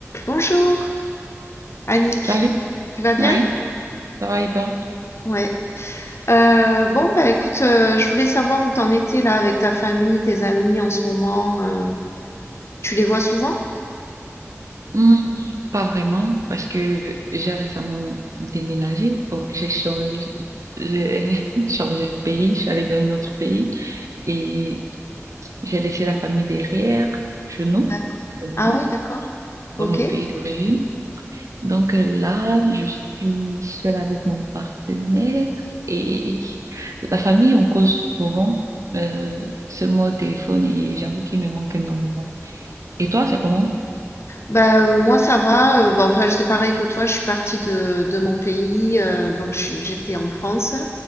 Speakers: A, on the left; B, on the right.
A: Bonjour, Annick.
B: Salut,
A: Tu vas bien?
B: oui, ça va et toi?
A: Ouais. Euh, bon, bah écoute, euh, je voulais savoir où t'en étais là avec ta famille, tes amis en ce moment. euh, tu les vois souvent?
B: Hmm, pas vraiment, parce que j'ai récemment déménagé. Bon, j'ai changé, j'ai <laughs> changé de pays, je suis allée dans un autre pays et j'ai laissé la famille derrière, chez nous,
A: D'accord.
B: chez moi,
A: Ah oui, d'accord.
B: dans
A: Ok.
B: mon pays d'origine. Donc euh, là, je suis seule avec mon partenaire et la famille, on cause souvent, euh, seulement au téléphone et j'avoue qu'il me manque énormément. Et toi, c'est comment?
A: Bah euh, moi ça va. euh, bah, enfin c'est pareil que toi. Je suis partie de, de mon pays, euh, donc je suis- j'étais en France